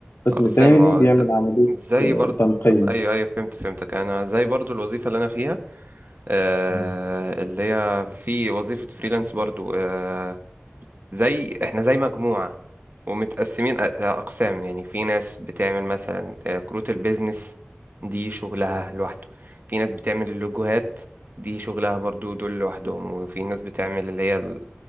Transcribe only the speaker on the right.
اقسام
اه
ز-
زي
برضو
ايوه ايوه فهمت فهمتك انا زي برضو الوظيفة اللي انا فيها آه،
اللي هي في وظيفة فريلانس برضو آه، زي احنا زي مجموعة ومتقسمين أ- أقسام يعني في ناس بتعمل مثلا آه، كروت البيزنس دي شغلها لوحده في ناس بتعمل اللوجوهات دي شغلها برضو دول لوحدهم وفي ناس بتعمل اللي هي ال-